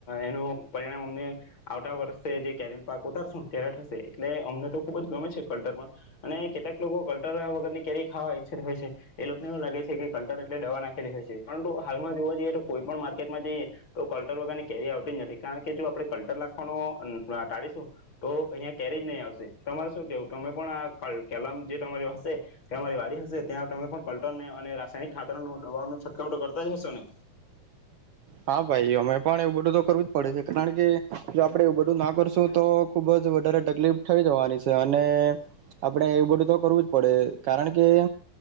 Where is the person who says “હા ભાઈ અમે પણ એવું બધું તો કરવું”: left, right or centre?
Right